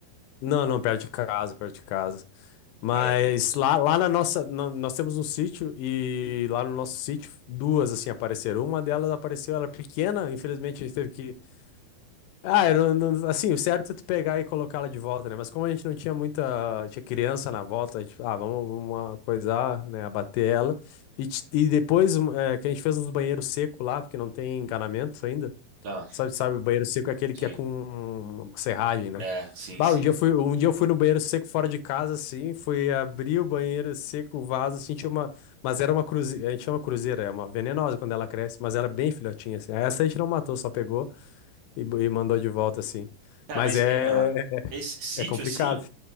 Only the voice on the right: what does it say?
Aí é perigoso.
Ah,
sim.
É, sim,
sim.
Cara,
mas
é, ah, esse sítio
assim.